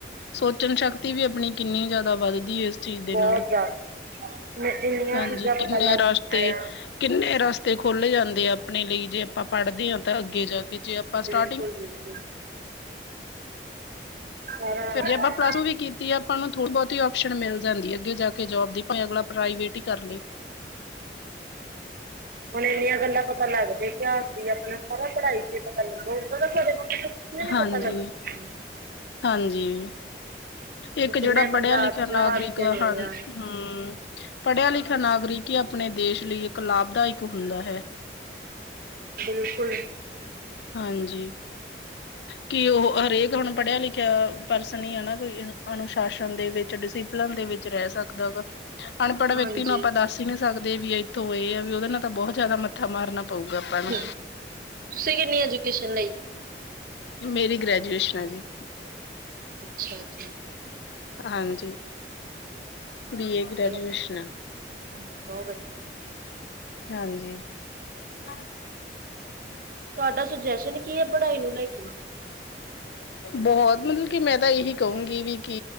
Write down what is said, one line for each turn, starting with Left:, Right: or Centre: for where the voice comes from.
Left: ਸੋਚਣ ਸ਼ਕਤੀ ਵੀ ਆਪਣੀ ਕਿੰਨੀ ਜ਼ਿਆਦਾ ਵੱਧਦੀ ਹੈ ਚੀਜ਼ ਦੇ
Right: ਬਹੁਤ
Left: ਨਾਲ,
Right: ਜ਼ਿਆਦਾ ਇੰਨੀਆਂ
Left: ਹਾਂਜੀ
Right: ਚੀਜ਼ਾਂ ਪਤਾ
Left: ਕਿੰਨੇ
Right: ਲੱਗਦੀਆਂ
Left: ਰਸ ਤੇ
Right: ਆ
Left: ਕਿੰਨੇ ਰਸਤੇ ਖੁਲੱ ਜਾਂਦੇ ਆ ਆਪਣੇ ਲਈ, ਜੇ ਆਪਾਂ ਪੜਦੇ ਹਾਂ ਤਾਂ ਅੱਗੇ ਜਾ ਕੇ ਜੇ ਆਪਾਂ ਸਟਾਰਟਿੰਗ
Right: ਬਿਲਕੁੱਲ -ਬਿਲਕੁੱਲ! <inaudible>
Left: ਜੇ ਆਪਾਂ ਪਲੱਸ ਟੂ ਵੀ ਕੀਤੀ ਆ ਆਪਾਂ ਨੂੰ ਥੋੜ੍ਹੀ ਬੋਤੀ ਆਪਓਸ਼ਨ ਮਿਲ ਜਾਂਦੀ ਅੱਗੇ ਜਾ ਕੇ ਜੋਬ ਦੀ ਭਾਵੇਂ ਅਗਲਾ ਪ੍ਰਾਈਵੇਟ ਈ ਕਰ ਲੈ।
Right: ਹੁਣ ਏਨੀਆਂ ਗੱਲਾਂ ਪਤਾ ਲੱਗ ਦਿਆ ਪਿਆ ਕਿ ਅਸੀਂ ਆਪਣਾ ਸਾਰਾ ਪੜ੍ਹਾਈ ਚ ਈ ਪਤਾ ਲੱਗ ਓਦਾਂ ਦਾ <unintelligible>
Left: ਹਾਂਜੀ,
Right: ਲੱਗਦਾ।
Left: ਹਾਂਜੀ। ਏਕ
Right: ਕਿੰਨੇ
Left: ਜੇੜਾ
Right: ਪੰਜਾਬ
Left: ਪੜ੍ਹਿਆ ਲਿਖਿਆ
Right: ਚ
Left: ਨਾਗਰਿਕ
Right: ਹਾਦਸੇ ਹੋਏ
Left: ਹਨ
Right: ਆ
Left: ਹੂੰ, ਪੜ੍ਹਿਆ ਲਿਖਿਆ ਨਾਗਰਿਕ ਈ ਆਪਣੇ ਦੇਸ਼ ਲਈ ਏਕ ਲਾਭਦਾਇਕ ਹੁੰਦਾ ਹੈ।
Right: ਬਿਲਕੁਲ।
Left: ਹਾਂਜੀ। ਕਿ ਓਹ ਹਰੇਕ ਹੁਣ ਪੜ੍ਹਿਆ ਲਿਖਿਆ ਪਰਸਨ ਈ ਐ ਨਾ ਕੋਈ ਅਨੁਸ਼ਾਸਨ ਦੇ ਵਿੱਚ ਡਸੀ ਪਲਨ ਦੇ ਵਿੱਚ ਰੈ ਸਕਦਾ ਵਾ। ਅਨਪੜ੍ਹ ਵਿਅਕਤੀ
Right: ਹਾਂਜੀ
Left: ਨੂੰ ਆਪਾਂ ਦੱਸ ਈ ਨੀ ਸਕਦੇ ਵੀ ਏਥੋਂ ਏ ਆ ਵੀ ਓਦੇ ਨਾਲ ਤਾਂ ਬੋਤ ਜਾਦਾ ਮੱਥਾ ਮਾਰਨਾ ਪਊਗਾ ਆਪਾਂ ਨੂੰ
Right: ਹਮ ਤੁਸੀਂ ਕਿੰਨੀ ਐਜੂਕੇਸ਼ਨ ਲਈ?
Left: ਮੇਰੀ ਗ੍ਰੈਜੂਏਸ਼ਨ ਆ ਜੀ।
Right: ਅੱਛਾ ਜੀ।
Left: ਹਾਂਜੀ ਬੀ ਏ
Right: ਚਲੋ,
Left: ਗ੍ਰੈਜੂਏਸ਼ਨ ਆ।
Right: ਬੋ ਵਦ
Left: ਹਾਂਜੀ। ਖੱੜ ਜਾ ਵੀਰੇ
Right: ਤੁਆਡਾ ਸੁਜੈਸ਼ਨ ਕੀ ਏ ਪੜ੍ਹਾਈ ਨੂੰ ਲੈ ਕੇ।
Left: ਬੋਹਤ ਮਤਲਬ ਕਿ ਮੈਂ ਤਾਂ ਏਹੀ ਕਹੂੰਗੀ ਵੀ ਕਿ